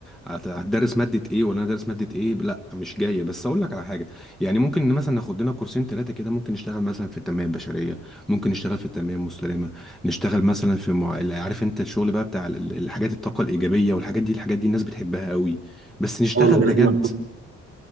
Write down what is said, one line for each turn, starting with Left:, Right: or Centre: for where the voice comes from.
Centre: هت- هتدرس ماده ايه ولا انا دارس ماده ايه لا مش جايه بس اقول لك على حاجه يعني ممكن مثلا ناخد لنا كورسين ثلاثه كده ممكن نشتغل مثلا في التنميه البشريه ممكن نشتغل في التنميه المستدامه نشتغل مثلا في مع... عارف انت الشغل بقى بتاع ال- الحاجات الطاقه الايجابيه والحاجات دي الحاجات دي الناس بتحبها قوي بس نشتغل
Right: اه المجالات
Centre: بجد
Right: المفتوحه